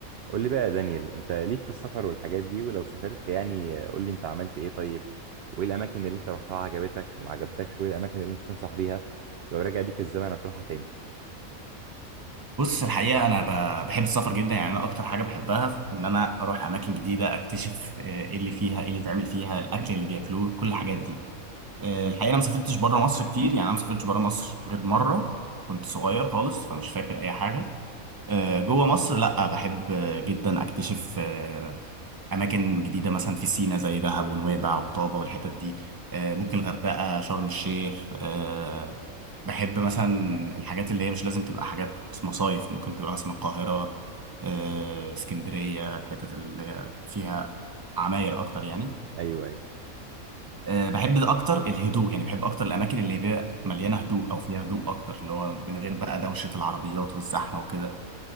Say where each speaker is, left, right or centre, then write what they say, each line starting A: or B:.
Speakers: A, on the right; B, on the right.
A: قول لي بقى يا دانيال انت ليك في السفر والحاجات دي ولو سافرت يعني قول لي انت عملت ايه طيب وايه الاماكن اللي انت رحتها عجبتك وما عجبتكش وايه الاماكن اللي انت تنصح بيها لو رجع بيك الزمن هتروحها تاني
B: بص الحقيقة أنا ب- بحب السفر جدا يعني أنا أكتر حاجة بحبها في إن أنا أروح أماكن جديدة أكتشف آه، إيه اللي فيها إيه اللي اتعمل فيها الأكل اللي بياكلوه كل الحاجات دي آه، الحقيقة أنا ما سافرتش بره مصر كتير يعني أنا ما سافرتش بره مصر غير مرة كنت صغير خالص فمش فاكر أي حاجة آه، جوه مصر لأ بحب آه، جدا أكتشف آه، اماكن جديده مثلا في سينا زي دهب ونويبع وطابه والحتت دي آه، ممكن غردقه شرم الشيخ آه، بحب مثلا الحاجات اللي هي مش لازم تبقى حاجات مصايف ممكن تبقى مثلا القاهره آه، اسكندريه الحتت اللي هي فيها عماير اكتر يعني
A: ايوه ايوه
B: آه، بحب اكتر الهدوء يعني بحب اكتر الاماكن اللي بيبقى مليانه هدوء او فيها هدوء اكتر اللي هو من غير بقى دوشه العربيات والزحمه وكده